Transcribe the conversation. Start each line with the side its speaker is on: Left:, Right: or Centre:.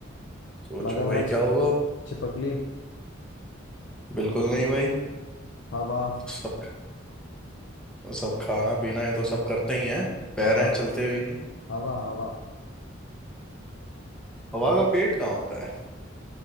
Centre: सोचो
Left: मगरमच्छ
Centre: भाई क्या होगा
Left: छिपकली
Centre: बिल्कुल नहीं भाई
Left: हवा
Centre: सब सब खाना पीना ये तो सब करते ही हैं पैर
Left: हवा
Centre: हैं चलते भी हैं
Left: हवा हवा
Centre: हवा का पेट कहाँ होता है